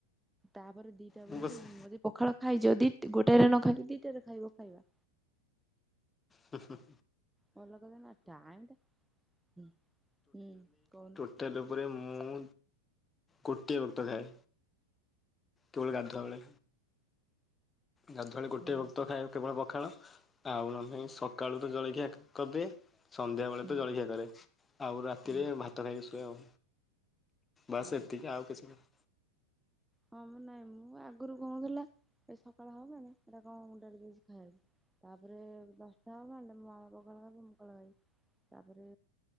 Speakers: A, in the centre; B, on the left.
A: ତାପରେ ଦି ଦିଟା
B: ମୁଁ
A: ବେଳ
B: ବସେ
A: କୁ ଯଦି ପଖାଳ ଖାଇଚ, ଦି ଗୋଟାଏ ରେ ନ ଖାଇଲେ, ଦିଟା ରେ ଖାଇବ ଖାଇବା।
B: ହୁଁ ହୁଁ।
A: <unintelligible> ଟାଇମ୍ ଟା, ହୁଁ, ହୁଁ, କହୁନୁ?
B: <unintelligible> ପରେ ମୁଁ, ଗୋଟିଏ ବକ୍ତ ଖାଏ। <unintelligible> ଗାଧୁଆ ବେଳେ। ଗାଧୁଆଳି ଗୋଟେ
A: ହୁଁ
B: ବକ୍ତ ଖାଏ କେବଳ ପଖାଳ, ଆଉ ନ ହେଲେ ନାହିଁ ସକାଳୁ ତ ଜଳଖିଆ କରିଦିଏ। ସନ୍ଧ୍ୟା ବେଳେ
A: ହୁଁ
B: ତ ଜଳଖିଆ କରେ। ଆଉ ରାତି
A: ହୁଁ
B: ରେ ଭାତ ଖାଇକି ଶୁଏ ଆଉ। ବାସ୍
A: ଅ
B: ଏତିକି, ଆଉ କିଛି ନାହିଁ।
A: ହଁ ମୁଁ, ନାଇଁ ମୁଁ, ଆଗରୁ କହୁଥିଲା ଏ ସକାଳ ହବ ମାନେ, ଏଇଟା କଣ <unintelligible> ଦେଇଛି ଖାଇବାକୁ। ତା ପରେ ଦଶଟା ହବ ମାନେ, ମୋ ମାମା ପଖାଳ ଖାଇବ, ମୁଁ ପଖାଳ ଖାଇବି। ତା ପରେ,